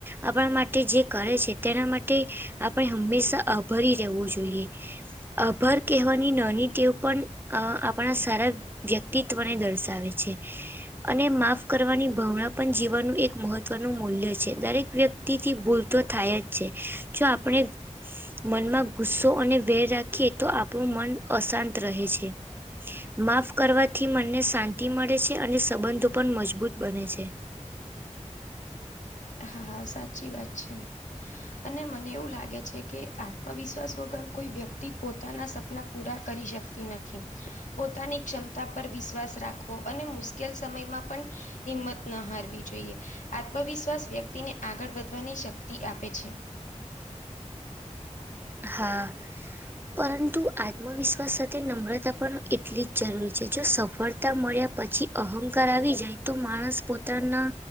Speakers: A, on the right (about 15°); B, on the left (about 85°).
A: આપણા માટે જે કરે છે તેના માટે આપણે હંમેશા આભારી રહેવું જોઈએ. આભાર કહેવાની નાની તેવ પણ અ આપણા સારા વ્યક્તિત્વને દર્શાવે છે. અને માફ કરવાની ભાવના પણ જીવવાનું એક મહત્વનું મૂલ્ય છે. દરેક વ્યક્તિ વ્યક્તિથી ભૂલ તો થાય જ છે. જો આપણે મનમાં ગુસ્સો અને વેર રાખીએ તો આપણું મન અશાંત રહે છે. માફ કરવાથી મનને શાંતિ મળે છે અને સંબંધો પણ મજબૂત બને છે.
B: હા, સાચી વાત છે. અને મને એવું લાગે છે કે આત્મવિશ્વાસ વગર કોઈ વ્યક્તિ પોતાના સપના પૂરા કરી શકતી નથી. પોતાની ક્ષમતા પર વિશ્વાસ રાખવો અને મુશ્કેલ સમયમાં પણ. હિંમત ન હારવી જોઈએ. આત્મવિશ્વાસ. વ્યક્તિને આગળ વધવાની શક્તિ આપે છે.
A: હા. પરંતુ આત્મવિશ્વાસ સાથે નમ્રતા પણ એટલી જ જરૂરી છે જો સફળ તા મળ્યા પછી અહંકાર આવી જાય તો માણસ પોતાના.